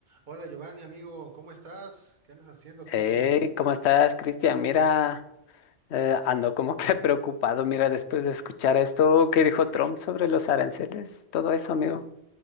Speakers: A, on the right (about 45°); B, on the left (about 80°).
A: Hola Giovanni, amigo, ¿cómo estás? ¿Qué andas haciendo?
B: Hey,
A: ¿Qué dices?
B: ¿cómo estás, Cristian? Mira, eh, ando como que <laughs> preocupado, mira, después de escuchar esto que dijo Trump sobre los aranceles, todo eso, amigo,